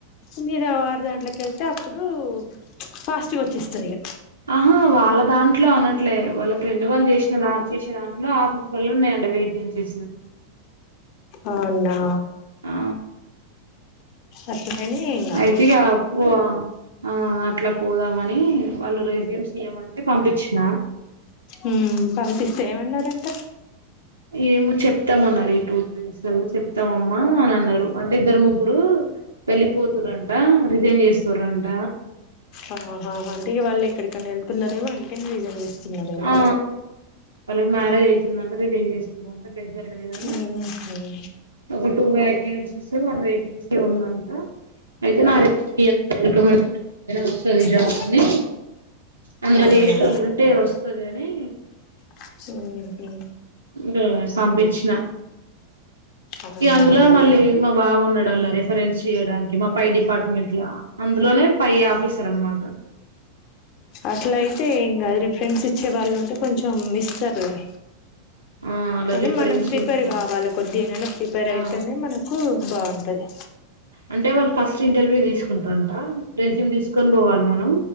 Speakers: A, on the left; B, on the right.
A: మి ఇద వార్దాంట్లక వెళ్తే అప్పుడు ఫాస్ట్గా వచ్చేస్తాది ఇగ
B: ఆహా వాళ్ళ దాంట్లో అనట్లే వాళ్ళ ఫ్రెండ్ వాళ్ళు చేసిన దాట్ చేసే దాంట్లో ఆఫ్ ఫుల్లున్నాయంటఅంట వేకెన్సిస్సు
A: అవునా
B: ఆ
A: అట్లనే ఏం కాదు
B: అయితీగ పోవ ఆ అట్లా పోదామని వాళ్ళు రేస్యమ్స్ ఇయమంటే పంపిచ్న
A: మ్మ్ పంపిస్తే ఏమన్నారంట
B: ఏమో చెప్తామన్నరు ఈ టూ త్రీ డేస్ వలో చెప్తాంమ్మా అని అన్నారు అంటే ఇద్దరు ముగ్గురు వెళ్ళిపోతురంట రిజైన్ చేస్తురంట
A: ఆ హ హ అంటే ఇగ వాళ్ ఎక్కడికన్నా వెళ్తున్నారేమో అందుకని రిజైన్ చేస్తున్నారేమో
B: ఆ వాళ్ళకి మ్యారేజ్ అయితుందంట రిజైన్ చేస్తున్న చేస్తున్నార్ అంట దగ్గర దయని
A: ఉహు
B: ఒక టూ వేకెన్సీసు వన్ వేకెన్సీ ఉందం అయితే నా రిక్ ఇ రిక్మాండేషన్ వస్తాది జాబ్
A: ఆ
B: అని అందర్
A: అవునా
B: చేష్టోళ్ళు ఉంటే వస్తదని
A: మ్హు
B: గా సంబిచ్న
A: అవునా
B: ఈయ అందులో మళ్ళీ మా బావున్నాడంల్లా రిఫరెన్స్ చేయడానికి మా పై డిపార్ట్మెంట్ల అందులోనే పై ఆఫీసర్ అన్మాట
A: అట్లయితే ఎంగాద్ రిఫరెన్స్ ఇచ్చే వాళ్లుంటే కొంచం ఇస్తర్లే
B: ఆ అలా
A: కని
B: రిఫరెన్స్
A: మనం ప్రిపేర్
B: ఉన్నాడు
A: గావాలే కొద్దిగానైనా ప్రిపేర్
B: ఆ
A: అయితేనే మనకు బౌన్ తది
B: అంటే వాళ్ ఫస్ట్ ఇంటర్వ్యూ తీసుకుంటారంట రెజ్యూమ్ తీస్కొన్ బోవాల్ మనం